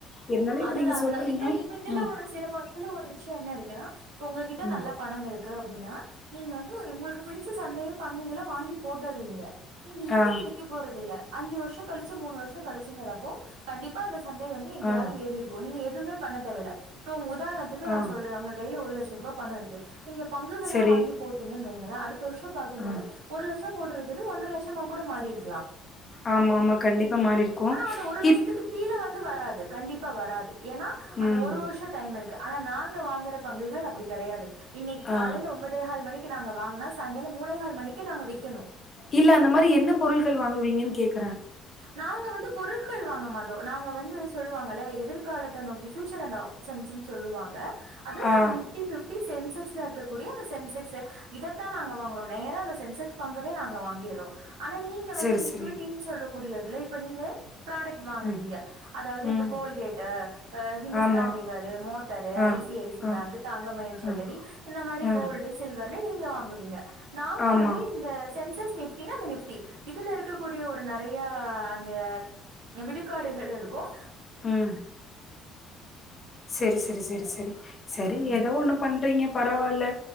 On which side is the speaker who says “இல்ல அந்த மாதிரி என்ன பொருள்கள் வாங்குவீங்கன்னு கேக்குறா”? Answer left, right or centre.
Left